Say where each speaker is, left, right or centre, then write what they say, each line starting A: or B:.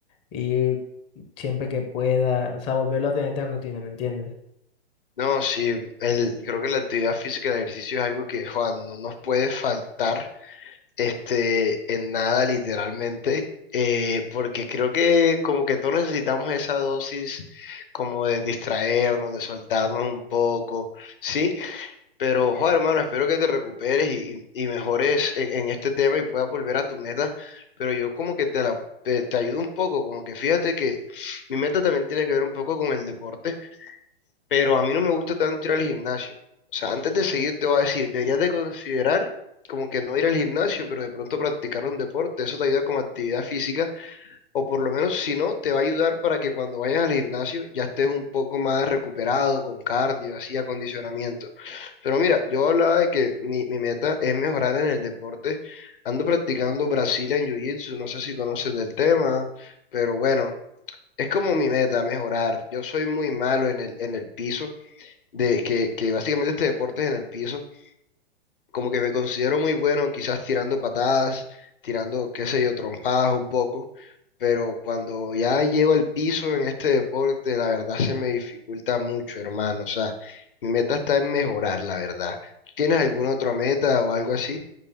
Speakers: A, on the left; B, on the left.
A: ir siempre que pueda, o sea, volverlo a tener de rutina, ¿me entiendes?
B: No, sí, el, creo que la actividad física, el ejercicio es algo que, Juan, no nos puede faltar este, en nada, literalmente, eh, porque creo que como que todos necesitamos esa dosis como de distraernos, de soltarnos un poco, ¿sí? Pero, Juan, hermano, espero que te recuperes y, y- y mejores en, en este tema y puedas volver a tu meta, pero yo como que te la... Te, te ayudo un poco, como que fíjate que mi meta también tiene que ver un poco con el deporte pero a mí no me gusta tanto ir al gimnasio. O sea, antes de seguir te voy a decir, deberías de considerar como que no ir al gimnasio, pero de pronto practicar un deporte, eso te ayuda como actividad física, o por lo menos si no, te va a ayudar para que cuando vayas al gimnasio ya estés un poco más recuperado, con cardio, así, acondicionamiento. Pero mira, yo hablaba de que mi, mi meta es mejorar en el deporte. Ando practicando Brazilian Jiu-Jitsu, no sé si conoces del tema, pero bueno, es como mi meta, mejorar. Yo soy muy malo en el, en el piso de que, que básicamente este deporte es en el piso, como que me considero muy bueno, quizás tirando patadas, tirando, qué sé yo, trompadas un poco, pero cuando ya llego al piso en este deporte, la verdad se me dificulta mucho, hermano. O sea, mi meta está en mejorar, la verdad. ¿Tú tienes alguna otra meta o algo así?